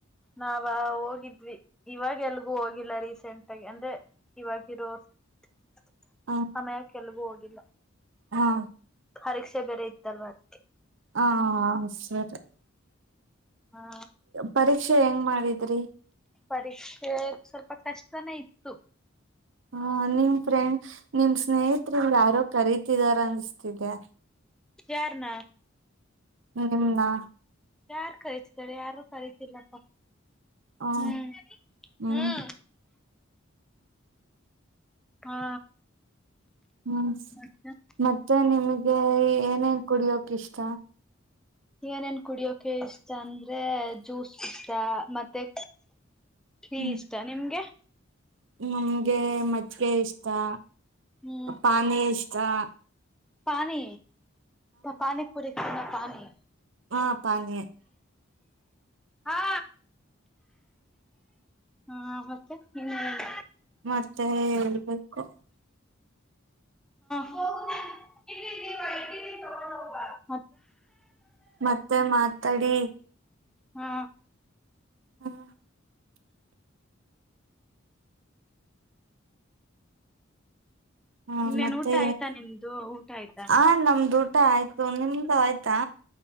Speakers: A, in the centre; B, on the right.
A: ನಾವ ಹೋಗಿದ್ವಿ ಇವಾಗ ಎಲ್ಗೂ ಹೋಗಿಲ್ಲ ರೀಸೆಂಟ್ ಆಗಿ ಅಂದ್ರೆ ಇವಾಗಿರೋ. <unintelligible>
B: ಹ
A: ಎಲ್ಗೂ ಹೋಗ. ಇಲ್ಲ.
B: <inaudible>
A: ಪರೀಕ್ಷೆ ಬೇರೆ ಇತ್ತಲ್ವಾ ಅದಕ್ಕೆ
B: ಹಾ ಸರಿ
A: ಹಾ
B: ಪರೀಕ್ಷೆ ಹೆಂಗ್ ಮಾಡಿದ್ರಿ
A: ಪರೀಕ್ಷೆ ಸ್ವಲ್ಪ ಕಷ್ಟನೇ ಇತ್ತು
B: ಹ ನಿಮ್ ಫ್ರೆಂಡ್ ನಿಮ್ ಸ್ನೇಹತ್ರಿ ಯಾರೋ ಕರೀತಿದಾರ ಅನ್ಸ್ತಿದೆ
A: ಯಾರನಾ
B: ನಿಮ್ನ
A: ಯಾರು ಕರಿತಿದರೆ ಯಾರು ಕರ್ ತಿಲ್ಲಪ್ಪ
B: ಹ
A: ಹ್ಮ್
B: ಹ್ಮ್
A: ಹ್ಮ ಹಾ
B: ಹ್ಮ್
A: ಮತ್ತೆ
B: ಮತ್ತೆ ನಿಮ್ಗೆ ಏನೇನ್ ಕುಡಿಯೋಕ್ ಇಷ್ಟ
A: ಈಗ ನನ್ ಕುಡಿಯೋಕೆ ಇಷ್ಟ ಅಂದ್ರೆ ಜ್ಯೂಸ್ ಇಷ್ಟ ಮತ್ತೆ ಟಿ
B: ಹ್ಮ್
A: ಇಷ್ಟ ನಿಮ್ಗೆ
B: ನಮ್ಗೆ ಮಜ್ಗೆ ಇಷ್ಟಾ
A: ಹ್ಮ್
B: ಪಾನಿ ಎಷ್ಟ್ ಚ
A: ಪಾನಿ ಪಾನಿ ಪೂರಿ ಪಾನಿ
B: ಹಾ ಪಂದ
A: ಹಾ ಹಾ ಮತ್ತೆ ಇನ್ನ ಏನ್
B: ಮತ್ತೆ ಹ <inaudible>
A: ಹಾ ಇಲ್ಲಿ ದಿನ ಇಲ್ಲಿ ತಗೊಂಡೋಗ ಬಾಯ <inaudible>
B: ಮತ್ತೆ ಮಾತಾಡಿ
A: ಹಾ
B: ಹಾ ಹಾ
A: ಇನ್ನೇನ್
B: ಮತ್ತೆ
A: ಊಟ ಆಯ್ತಾ ನಿಮ್ದು ಊಟ ಆಯ್ತಾ
B: ಆ ನಮ್ದು ಊಟ ಆಯ್ತು ನಿಮ್ದು ಆಯ್ತಾ